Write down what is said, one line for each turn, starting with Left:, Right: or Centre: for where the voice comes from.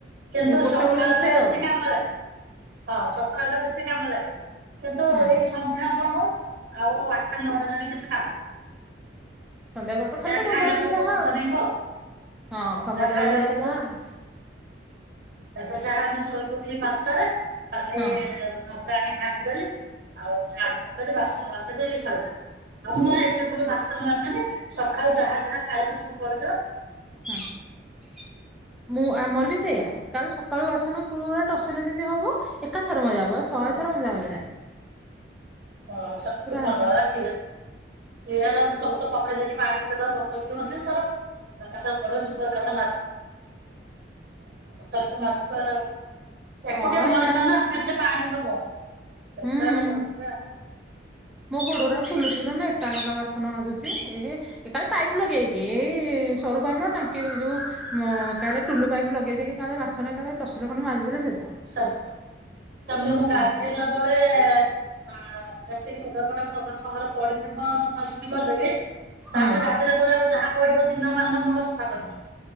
Right: କିନ୍ତୁ
Centre: ଗୋଟେ
Right: ସକାଳ
Centre: ଓଳି ରୋଷେଇ
Right: ଟା ବେଶୀ
Centre: ଆଉ
Right: କାମ ଲାଗେ <inaudible> ହଁ ସକାଳଟା ବେଶୀ କାମ ଲାଗେ କିନ୍ତୁ
Centre: ହଁ
Right: ଏଇ ସନ୍ଧ୍ୟା ପର ହୋଉ ଆଉ ଆଠଟା ନଅଟା ଯାକେ କିଛି କାମ ନାହିଁ।
Centre: ସନ୍ଧ୍ୟାବେଳ ତ
Right: ଯାହା
Centre: ଖାଲି ତ
Right: ଖାଇଲା
Centre: ଭଜା ଭଜି
Right: ବେଳକୁ
Centre: ଯାହା
Right: ବନେଇବ
Centre: ଆଉ ହଁ ଅଖ
Right: ଯାହା
Centre: ଭଜା
Right: ଖାଇଲା
Centre: ଭଜି ହେଇ
Right: ବେଳକୁ
Centre: କି ଯାହା ଆ <inaudible>
Right: ଏବେ ଯାହା ମୁଁ ଶୋଇକି ଉଠିଲି ପାଞ୍ଚଟାରେ କାଲି
Centre: ହଁ
Right: ପାଣି ଭାଙ୍ଗିଦେଲି ଆଉ ଝା କରିଦେଲି ବାସନ ମାଜି ଦେଲି ସଇଲା ଆଉ ମୁଁ ଏର ଏତେ ଥର ବାସନ ମାଜୁନି ସକାଳୁ ଯାହା ଯାହା ଖାଇବେ ସବୁ ପଡ଼ିଥିବ
Centre: ହଁ <inaudible> ମୁଁ ଆମର ବି ସେଇୟା। କାଲ ସ ସକାଳୁ ବାସନ ପୁରା ଟସଲେ ଯେମିତି ହବ ଏକାଥରେ ମଜା ହବ ମୋର ଶହେ
Right: ହଁ
Centre: ଥର ମଜା ମୁଜି ନାହଁ।
Right: ହଁ ସେଟାତ ଭଲ,
Centre: ହଁ
Right: ଏରା <inaudible> ହେରା ସବୁତ ପକେଇ ଯାଇକି ପାଣି ପଟେଇଦବା ବତୁରୁ ଥିବ ସେ ତାର ତା କଥା ଯିବ କଥା ଏକା ମାଛ <unintelligible> ଏକୁଆ
Centre: ହଁ
Right: ମଣିଷ
Centre: ଏକା
Right: ନା ଫୁଣି ଏତେ ପାଣି ହବ ପ ଦଶରା
Centre: ହୁଁ
Right: ପହଁଚିଲା
Centre: ମୋ ଗୋଡଟା ଫୁଲୁଛି ବଲେ ମୁଁ ଏକାଳଳେ ବା ବାସନ ମାଜୁଛି ଏ ଏକାଳେ ପାଇପ୍ ଲଗେଇକି ଏଇ ସରୁ ପାଇପ୍ ନ ଟାଙ୍କି ଯୋଉ କାଳେ ଟୁଲୁ ପାଇପ୍ ଲଗେଇଦେଇକିାଳେ ବାସନ କାଳେ ଟସିଲ ଖଣ୍ଡ ମାଜିଦେଲେ ସେ
Right: ସାର ସମାନେ ମୁଁ ଗାଧେଇଲା
Centre: ହଁ
Right: ବଳେ ଆ ଜତି ମୁଗାପଟା ସାଙ୍ଗରେ ପଡିଥିବ ସଫାସଫି କରିଦେବି
Centre: ହୁଁ
Right: ତାପରେ ଗାଧେଇଲା ପରେ ଆଉ ଯାହା ପଡିବ ଦିନମାନ ମୋର ସଫା କରିଵି